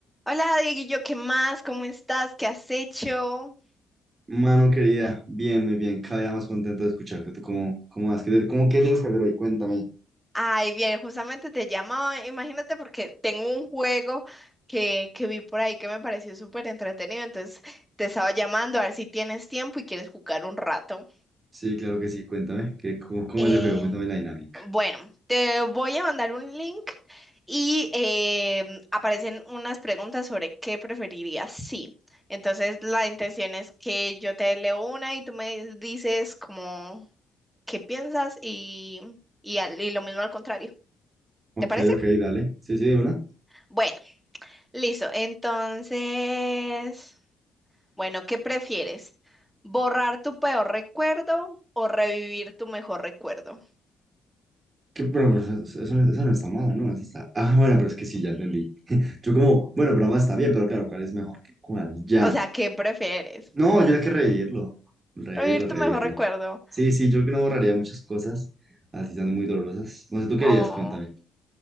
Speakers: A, in the centre; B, on the right.
A: Hola, Dieguillo, ¿qué más? ¿Cómo estás? ¿Qué has hecho?
B: Mano querida, bien, muy bien, cada día más contento de escucharte. ¿Tú cómo, cómo vas? ¿Qué, cómo, qué tienes que hacer hoy? Cuéntame.
A: Ay, bien, justamente te llamaba, imagínate porque tengo un juego que, que vi por ahí que me pareció súper entretenido, entonces te estaba llamando a ver si tienes tiempo y quieres jugar un rato.
B: Sí, claro que sí, cuéntame. ¿Qué, cómo, cómo
A: Eh,
B: es el juego? Cuéntame la dinámica.
A: Bueno, te voy a mandar un link y em, aparecen unas preguntas sobre qué preferirías. Sí. Entonces, la intención es que yo te leo una y tú me dices como qué piensas y, y, al- y lo mismo al contrario.
B: Ok,
A: ¿Te parece?
B: ok, dale. Sí, sí, de una.
A: Bueno, listo. Entonces, bueno, ¿qué prefieres? ¿Borrar tu peor recuerdo o revivir tu mejor recuerdo?
B: Que, pero pues eso, eso no, eso no está mala, ¿no? Eso está... Ah, bueno, pero es que sí, ya entendí. Yo como, bueno, pero más está bien, pero claro, ¿cuál es mejor que cuál? Ya.
A: O sea, ¿qué prefieres?
B: No, yo era que revivirlo. Revivirlo,
A: Revivir tu
B: revivirlo.
A: mejor recuerdo.
B: Sí, sí, yo que no borraría muchas cosas, así estando muy dolorosas. No sé, tú querías,
A: Oh.
B: cuéntame.